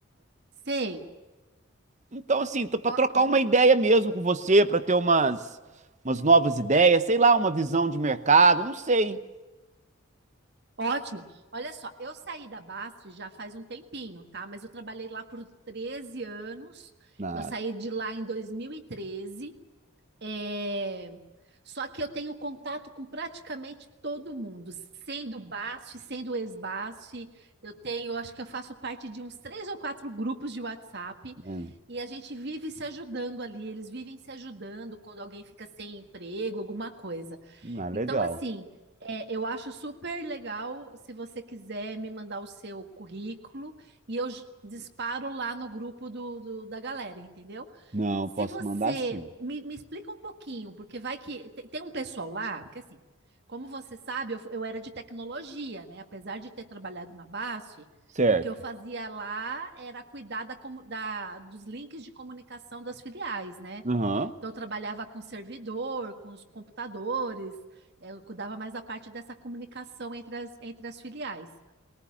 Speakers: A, on the right; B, on the right.
A: sei.
B: Então, assim, para
A: Ó,
B: trocar
A: ó,
B: uma ideia mesmo com você, para ter umas, umas novas ideias, sei lá, uma visão de mercado, não sei.
A: ótimo. Olha só, eu saí da Bast já faz um tempinho, tá? Mas eu trabalhei lá por 13 anos.
B: Ah,
A: Eu saí de lá em 2013. É, Só que eu tenho contato com praticamente todo mundo, sendo BASF, sendo ex-BASF. Eu tenho, acho que eu faço parte de uns três ou quatro grupos de WhatsApp
B: é.
A: e a gente vive se ajudando ali. Eles vivem se ajudando quando alguém fica sem emprego, alguma coisa.
B: Ah, legal.
A: Então, assim, é, eu acho super legal se você quiser me mandar o seu currículo e eu j- disparo lá no grupo do, do- da galera, entendeu?
B: Não,
A: Se
B: posso
A: você
B: mandar sim.
A: me, me explica um pouquinho, porque vai que te- tem um pessoal lá, porque assim, como você sabe, eu, fu- eu era de tecnologia, né? Apesar de ter trabalhado na BASF,
B: Certo.
A: o que eu fazia lá era cuidar da, comu- da- dos links de comunicação das filiais, né?
B: Aham,
A: Então, eu trabalhava com servidor, com os computadores, eh, eu cuidava mais da parte dessa comunicação entre as, entre as filiais.